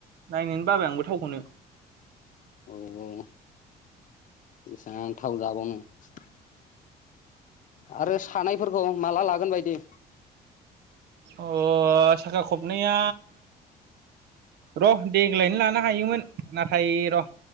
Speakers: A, on the right; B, on the left.
A: नायनोनो बाबाय आंबो थावखौनो
B: औ औ बेसां थाव जाबवनो <unintelligible> आरो सानायफोरखौ माला ला गोन बायदि
A: अ साखा खबनैया र' देग्लायनो लानो हायोमोन नाथाय र'